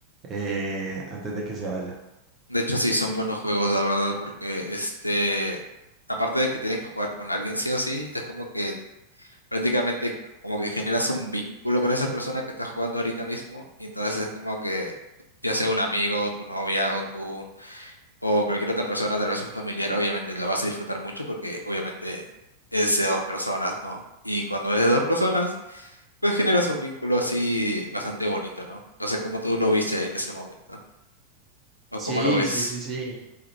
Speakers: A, on the right; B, on the left.
A: eh, antes de que se vaya.
B: De hecho, sí, son buenos juegos, la verdad, porque este, aparte de que tienes que jugar con alguien sí o sí, es como que prácticamente como que generas un vínculo con esa persona que estás jugando ahorita mismo, y entonces es como que ya sea un amigo, tu novia o tú o cualquier otra persona, tal vez un familiar, obviamente la vas a disfrutar mucho porque obviamente es de dos personas, ¿no? Y cuando es de dos personas, pues generas un vínculo así bastante bonito, ¿no? No sé cómo tú lo viste en ese momento o
A: Sí,
B: cómo lo ves.
A: sí, sí, sí.